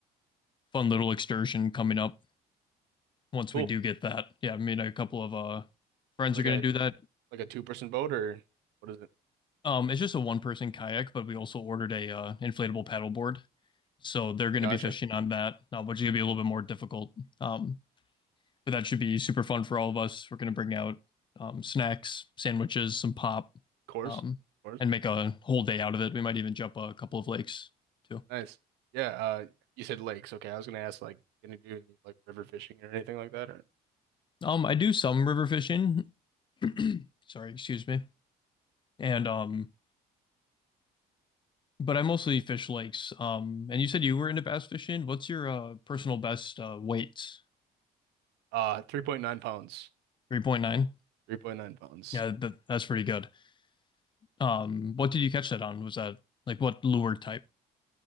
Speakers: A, on the left; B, on the right.
A: fun little excursion coming up once
B: cool.
A: we do get that. Yeah, me and a couple of uh friends
B: Like
A: are gonna
B: a
A: do that
B: like a two person boat or what is it?
A: Um, it's just a one person kayak, but we also ordered a uh, inflatable paddleboard, so they're going
B: Gotcha.
A: to be fishing on that, uh, which is going to be a little bit more difficult. Um, but that should be super fun for all of us. We're going to bring out um, snacks, sandwiches, some pop,
B: Course?
A: um,
B: Course?
A: and make a whole day out of it. We might even jump a couple of lakes too.
B: Nice. Yeah, uh you said lakes, okay. I was gonna ask like can you do any, like river fishing or anything like that or
A: Um, I do some river fishing. <clears throat> Sorry, excuse me. And um, but I mostly fish lakes. Um, and you said you were into bass fishing. What's your uh, personal best uh, weights?
B: uh 3.9 pounds.
A: 3.9?
B: 3.9 pounds.
A: Yeah, that, that's pretty good. Um, what did you catch that on? Was that like what lure type?